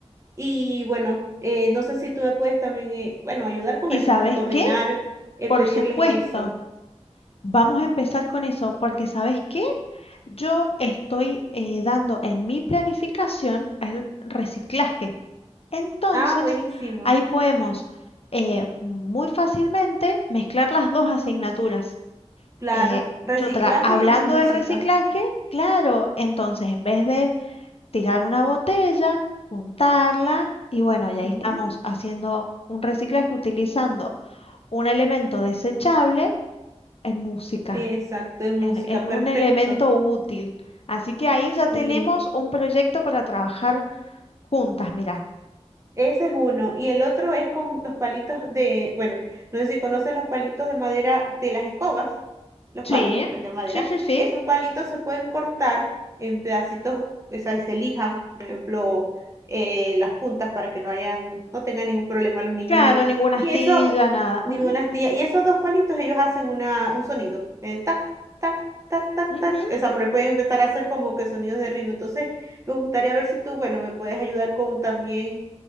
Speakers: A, on the right (about 25°); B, on the left (about 60°).
A: y bueno, eh, no sé si tú me puedes también, eh, bueno, ayudar con
B: ¿Y
A: eso,
B: sabes
A: con coordinar,
B: qué?
A: eh,
B: Por
A: pedirles
B: supuesto,
A: eso.
B: vamos a empezar con eso, porque ¿sabes qué? Yo estoy eh, dando en mi planificación el reciclaje. Entonces,
A: Ah, buenísimo.
B: ahí podemos eh, muy fácilmente mezclar las dos asignaturas.
A: Claro,
B: Eh,
A: reciclaje
B: yo tra- hablando
A: y música.
B: del reciclaje, claro, entonces en vez de tirar una botella, juntarla y bueno, ya ahí
A: Ujú,
B: estamos haciendo un reciclaje utilizando un elemento desechable en música,
A: Exacto, y música,
B: en, en
A: perfecto.
B: un elemento útil. Así que ahí ya tenemos
A: Sí.
B: un proyecto para trabajar juntas, mirá.
A: Ese es uno. Y el otro es con los palitos de, bueno, no sé si conoces los palitos de madera de las escobas, los
B: Sí,
A: palos pues, de madera.
B: sí, sí, sí.
A: Esos palitos se pueden cortar en pedacitos, o sea, y se lijan, por ejemplo, eh, las puntas para que no hayan, no tengan ningún problema los niños
B: Claro,
A: ahí.
B: ninguna
A: Y
B: astilla,
A: eso,
B: nada.
A: ninguna
B: Ujú,
A: astilla. Y esos dos palitos, ellos hacen una, un sonido, el tac, tac, tac, tac,
B: ujú.
A: tac. O sea, pero pueden empezar a hacer como que sonidos de ritmo. Entonces, me gustaría ver si tú, bueno, me puedes ayudar con también